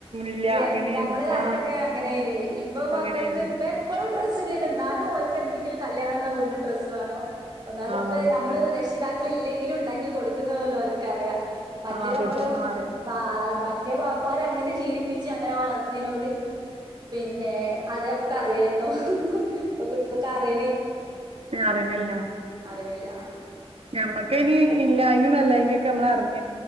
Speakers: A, on the right (about 65°); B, on the right (about 40°).
A: ഇല്ല
B: അല്ലെ
A: അങ്ങനെയാണ്
B: ഞമ്മളെ കാലത്തൊക്കെ
A: ആ
B: അങ്ങനേന് ഇപ്പൊ മക്കൾക്ക്
A: അങ്ങനെയാണ്
B: എപ്പോഴും ഡ്രസ്സ് തന്നെയാണ് ഇന്നാലും ഓൽക്ക് കി <inaudible> <inaudible> കല്യാണം എന്നാ വീണ്ടും ഡ്രസ്സ് വേണം ഒന്നാത്
A: ആ
B: ഇപ്പ നമ്മള് ര- രക്ഷിതാക്കൾ ഇല്ലെങ്കിലും ഉണ്ടാക്കി കൊടുക്കുന്ന് ഓര്ക്കറിയാം. മറ്റേ
A: ആഹ്
B: നമ്മള്
A: കൊടുക്കുംന്നറിയാം
B: <inaudible> മക്കെ വാപ്പാര് അങ്ങനെ ശീലിപ്പിച്ച് അങ്ങനെ വളർത്തിയതിനോട് പിന്നെ അതെ <inaudible> ഇക്ക്റിയായിരുന്നു. കു <inaudible>
A: അറിയിണില്ല
B: പറണില്ല
A: നമ്മക്കിനി ഇല്ലായ്മിം വല്ലായ്മീം ഒക്കെ നമ്മ- ളറിഞ്ഞു